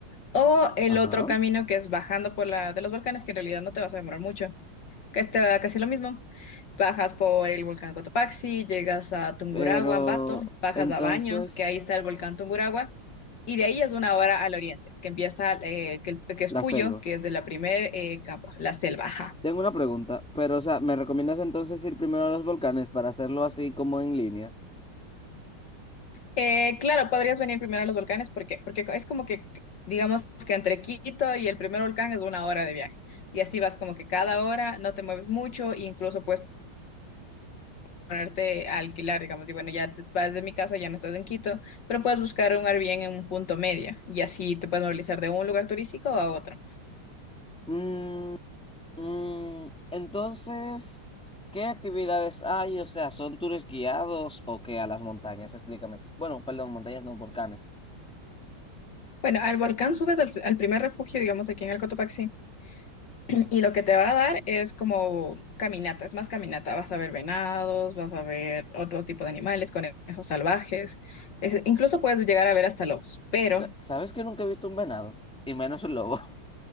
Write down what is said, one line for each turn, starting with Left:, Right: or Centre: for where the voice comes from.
Left: O el
Centre: Ajá.
Left: otro camino que es bajando por la de los volcanes, que en realidad no te vas a demorar mucho, que está casi lo mismo. Bajas por el volcán Cotopaxi, llegas a Tungurahua,
Centre: Pero
Left: Ambato, bajas
Centre: entonces,
Left: a Baños, que ahí está el volcán Tungurahua, y de ahí es una hora al oriente, que empieza, eh, que, el- que es
Centre: la
Left: Puyo,
Centre: selva.
Left: que es de la primer eh, campo, la selva. ajá.
Centre: Tengo una pregunta, pero o sea, ¿me recomiendas entonces ir primero a los volcanes para hacerlo así como en línea?
Left: Eh, claro, podrías venir primero a los volcanes, ¿por qué? Porque es como que, digamos que entre Quito y el primer volcán es una hora de viaje, y así vas como que cada hora, no te mueves mucho, e incluso puedes ponerte a alquilar, digamos, y bueno, ya te vas de mi casa, ya no estás en Quito, pero puedes buscar un Airbnb en un punto medio y así te puedes movilizar de un lugar turístico a otro.
Centre: Mm, mm, entonces, ¿qué actividades hay? O sea, ¿son tours guiados o qué a las montañas? Explícame. Bueno, perdón, montañas no, volcanes.
Left: Bueno, al volcán subes al, al primer refugio, digamos, aquí en el Cotopaxi, y lo que te va a dar es como caminata, es más caminata, vas a ver venados, vas a ver otro tipo de animales, conejos salvajes, es- incluso puedes llegar a ver hasta lobos, pero
Centre: Sa- ¿Sabes que nunca he visto un venado? Y menos un lobo.